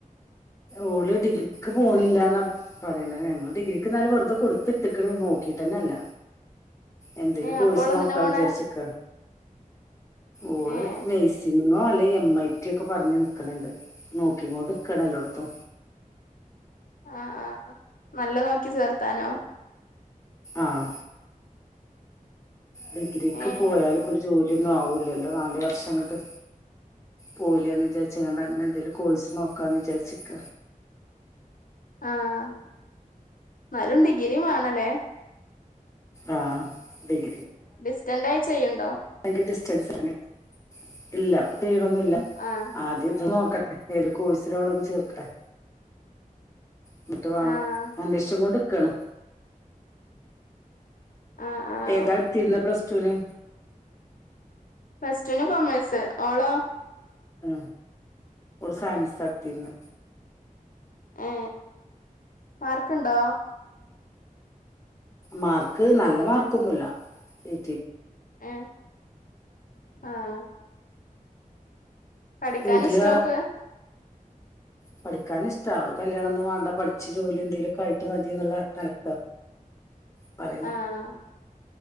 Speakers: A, on the left; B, on the left.
A: ഓള് ഡിഗ്രി ക്ക് പോണില്ലന്ന പറയ ഞങ്ങള്ൾ ഡിഗ്രിക്ക് എന്നാലും വെറുതെ കൊടുത്തിട്ടിക്ക നോക്കിീട്ട് തന്നെല്ല
B: <inaudible>
A: എന്തെേലും
B: ഏഹ്
A: കോഴസ്
B: അപ്പൊ ഓളെന്തിനാ
A: നോക്കാ
B: പോണേ
A: വിചാരിച്ചക്ക ഓള്
B: ഏഹ്
A: നൈസിംഗ ങ്ങോ അല്ലെ എം ഐ ടി ഒക്കെ പറഞ്ഞു നക്കണണ്ട് നോക്കിക്ക കൊണ്ട്ക്കണല്ലോ കുത്തോ
B: ആഹ ആഹ നല്ല നോക്കി ചേർത്താനോ
A: ആഹ ഡിഗ്രിക്ക്
B: ഏഹ്
A: പോയാല ഇപ്പോൊ ഒരു ജോലിയൊന്നും ആവൂലല്ലോ നാല വർഷംങ്ങട്ട് പോലന്ന് വിചാരിച്ച കണ്ട അങ്ങനെ എന്തേിലും കോഴച്ച് നോക്കാന്ന് വിചാരിച്ചിക്ക
B: ആഹ എന്നാലും ഡിഗ്രിയും വേണല്ലേ
A: ആഹ ബഗ
B: ഡിസ്റ്റന്റ് ആയി ചെയ്യണ്ടോ
A: ഭയങ്കര ഡിസ്റ്റൻസ് ആണ് ഇല്ല ചെയ്യണൊന്നില്ല
B: ആഹ്
A: ആദ്യം ഇത് നോക്കട്ടെ ഏത് കോഴശില വളന്ന് ചേർക്കട്ടെ എന്നിട്ട് വേണം
B: ആഹ്
A: അന്രേഷം കൊണ്ട് ഇക്കാണ്
B: ആഹ് ആഹ്
A: ഏതാ എടുത്തിരുന്ന പ്ലസ് ൂന്
B: ഫസ്റ്റന് കൊമേഴ്സ് ഓളോ
A: ആ ഒരുടെ സയൻസ് നടടുത്തിന്ന്
B: ഏ മാർക്കുണ്ടോ
A: മാർക്ക് നല്ല മാർക്ക്ന്നുമല്ല എ
B: ആഹ ആഹ പഠിക്കൻ
A: വീട്ടില്
B: ഇഷ്ടോക്ക്െ
A: പഠിക്കാനൻ ഇഷ്ട അവള് കല്യാണം ഒന്നും വേണ്ട പഠിച്ചച്ച് ജോലി എന്തേലുമൊക്കെ ആയിട്ട് മതിയ എന്നുള്ള നിലക്കോ
B: <inaudible>
A: പറ പറയുന്ന
B: ആഹ്